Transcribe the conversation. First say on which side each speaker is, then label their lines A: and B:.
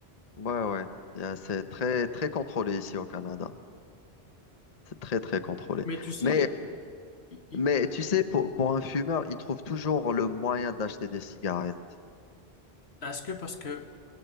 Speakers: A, on the left (about 40°); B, on the left (about 80°).
A: ouais, ouais. Il y a- C'est très, très contrôlé ici au Canada. C'est très, très contrôlé.
B: Mais tu sais,
A: Mais,
B: il y a des- il- il-
A: mais tu sais, pour, pour un fumeur, il trouve toujours le moyen d'acheter des cigarettes.
B: est-ce que parce que